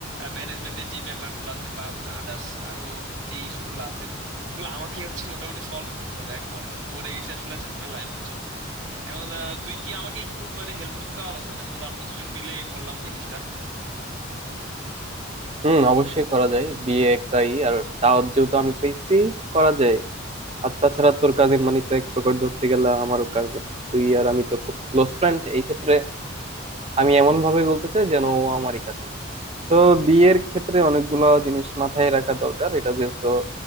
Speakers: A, on the right; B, on the right.
A: ম্যানেজমেন্টের যে ব্যাপারগুলো আছে বা আদার্স আরো যে ইস্যুগুলো আছে ওগুলো আমাকে হচ্ছে মোটামুটি সলভ করতে হবে এখন পড়ে গেছে আসলে ঝামেলায় বুঝছস এখন আহ, তুই কি আমাকে একটু মানে হেল্প করতে পারোস মানে ধরো আমরা দুজন মিলে করলাম জিনিসটা
B: হুম অবশ্যই করা যায় বিয়ে একটাই আর দাওয়াত যেহেতু আমি পেয়েছি করা যায় আর তাছাড়া তোর কাজিন মানে তো এক প্রকার ধরতে গেলে আমারও কাজিন তুই আর আমি তো খুব ক্লোজ ফ্রেন্ড এই ক্ষেত্রে আমি এমন ভাবে বলতে চাই যেন ও আমারই কাজিন তো বিয়ের ক্ষেত্রে অনেকগুলা জিনিস মাথায় রাখা দরকার এটা যেহেতু